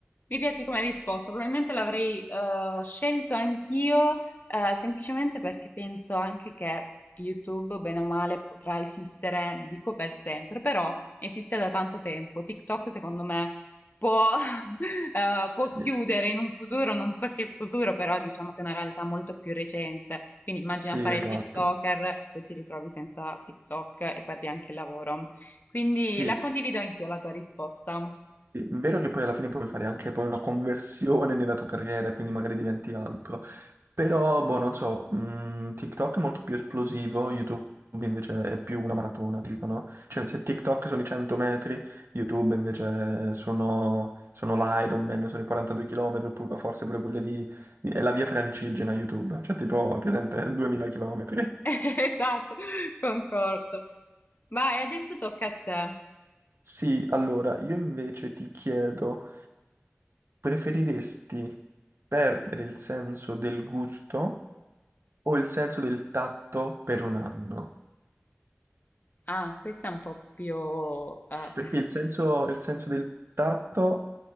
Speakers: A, on the left; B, on the right.
A: mi piace come risposta, probabilmente l'avrei eh, scelto anch'io, eh, semplicemente perché penso anche che YouTube, bene o male, potrà esistere, dico per sempre, però esiste da tanto tempo. TikTok, secondo me, può, <laughs> eh, può
B: Sì,
A: chiudere in un futuro, non so che futuro, però diciamo che è una realtà molto più recente. Quindi immagina
B: sì,
A: fare
B: esatto.
A: il TikToker e poi ti ritrovi senza TikTok e perdi anche il lavoro. Quindi
B: Sì,
A: la condivido anch'io la tua risposta.
B: Sì, Vero che poi alla fine puoi fare anche poi una conversione nella tua carriera, quindi magari diventi altro. Però, boh, non so, mh, TikTok è molto più esplosivo, YouTube invece è più una maratona, dicono. Cioè, se TikTok sono i 100 metri, YouTube invece sono, sono l'Ironman, sono i 42 km, oppure forse pure quelle di, di- È la via francigena YouTube, cioè tipo, è presente, 2000 km.
A: <laughs> Esatto, concordo. Vai, adesso tocca a te.
B: Sì, allora io invece ti chiedo, preferiresti perdere il senso del gusto o il senso del tatto per un anno?
A: Ah, questa è un po' più... eh.
B: Perché il senso, il senso del tatto